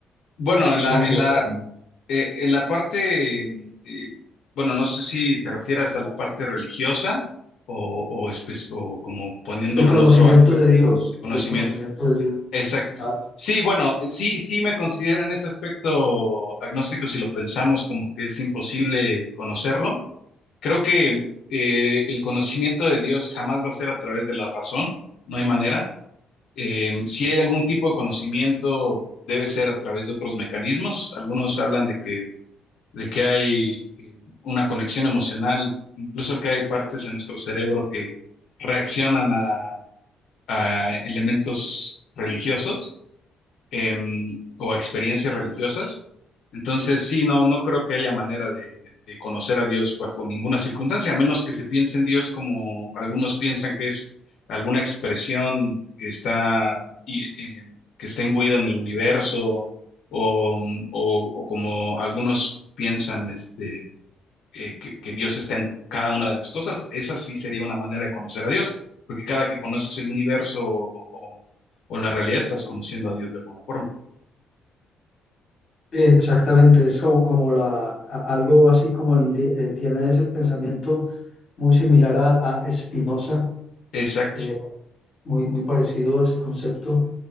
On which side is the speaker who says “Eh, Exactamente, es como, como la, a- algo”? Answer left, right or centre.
Left